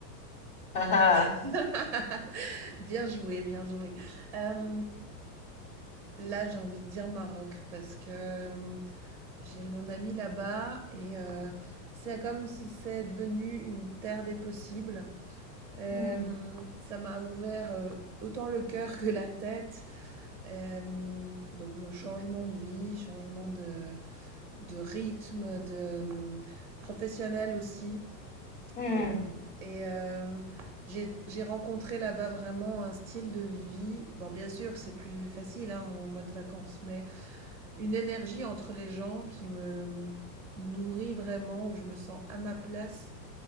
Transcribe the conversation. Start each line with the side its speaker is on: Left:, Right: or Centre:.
Left: <laughs>
Centre: <laughs> Bien joué, bien joué. Hem, là, j'ai envie de dire Maroc parce que, hem, j'ai mon ami là-bas et heu, c'est comme si c'est devenu une terre des possibles. Hem,
Left: Hmm,
Centre: ça m'a ouvert, heu, autant le cœur que la tête. Hem, donc, heu, changement de vie, changement de de rythme, de hum, professionnel aussi.
Left: hmm,
Centre: Euh, et euh, j'ai j'ai rencontré là-bas vraiment un style de vie. Bon, bien sûr, c'est plus facile hein, en mode vacances, mais une énergie entre les gens qui me nourrit vraiment, où je me sens à ma place